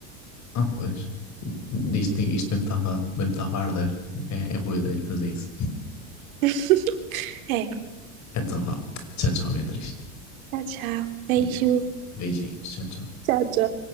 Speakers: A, on the left (about 40°); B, on the right (about 80°).
A: Ah, pois. Isto, isto mesmo estava mesmo estava a arder. É, é boa ideia de fazer isso.
B: <laughs> É,
A: Então vá. Tchau, tchau, Beatriz.
B: tchau, tchau. Beijo.
A: Tchau, tchau. Beijinhos. Tchau, tchau.
B: Tchau, tchau.